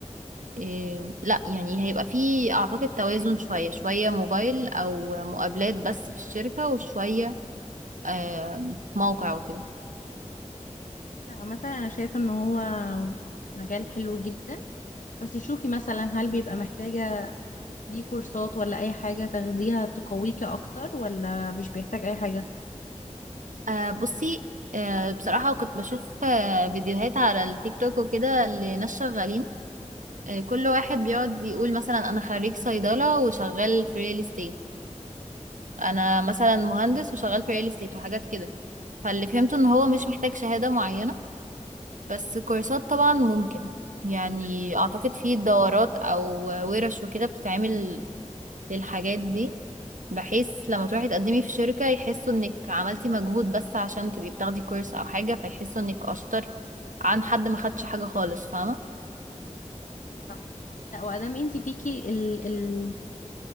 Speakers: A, on the right; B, on the left.
A: إيه لا يعني هيبقى فيه اعتقد توازن شوية شوية موبايل او مقابلات بس في الشركة وشوية آه موقع وكده
B: عامة انا شايفة ان هو مجال حلو جدا بس شوفي مثلا هل بيبقى محتاجة ليه كورسات ولا أي حاجة تاخديها تقويكي أكتر ولا مش بيحتاج أي حاجة
A: آه بصي آه بصراحة كنت بشوف آه فيديوهات على التيك توك وكده لناس شغالين آه كل واحد بيقعد يقول مثلا انا خريج صيدلة وشغال في ريل استيت انا مثلا مهندس وشغال في ريل استيت وحاجات كده فاللي فهمته ان هو مش محتاج شهادة معينة بس كورسات طبعا ممكن يعني اعتقد في دورات او ورش وكده بتتعمل للحاجات دي بحيث لما تروحي تقدمي في شركة يحسوا انك عملتي مجهود بس عشان تبقي بتاخدي كورس او حاجة فيحسوا انك اشطر عن حد ما خدش حاجة خالص فاهمة
B: صح لا وأدام انتي فيكي ال ال